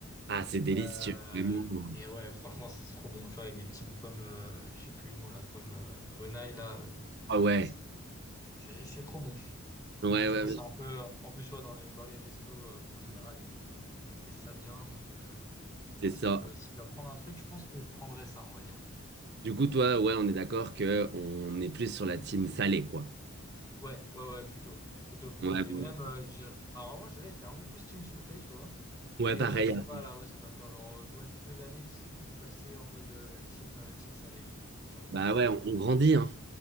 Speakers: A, on the right; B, on the left.
A: Ah, c'est délicieux.
B: Euh,
A: vraiment.
B: et ouais, franchement, c'est trop bon, tu vois, avec des petites pommes, euh, je sais plus le mot, là pommes euh, grenaille, là, euh,
A: Ah ouais.
B: c'est c'est- c'est trop bon.
A: Ouais,
B: Et ouais, je
A: ouais,
B: pense
A: ouais,
B: que c'est un peu, euh, en plus, tu vois, dans les, dans les restos, euh, bon, en général, ils, ils maîtrisent ça bien, donc euh, je
A: c'est
B: pense
A: ça.
B: que si je dois, si je dois prendre un truc, je pense que je prendrais ça, on va dire.
A: Du coup, toi, ouais, on est d'accord que on est plus sur la team salée, quoi.
B: Ouais, ouais, ouais, plutôt. Plutôt, plutôt.
A: Ouais,
B: Et
A: bon.
B: même, euh, je dirais... Alors avant, je dirais que j'étais un peu plus team sucré, tu vois.
A: ouais,
B: Mais
A: pareil.
B: euh, je sais pas,
A: hein.
B: là, ouais, ça doit faire genre euh, ouais, quelques années que je suis plus passé en mode euh, team, euh, team salé, j'ai j'ai envie de
A: Bah
B: dire.
A: ouais, on, on grandit, hein.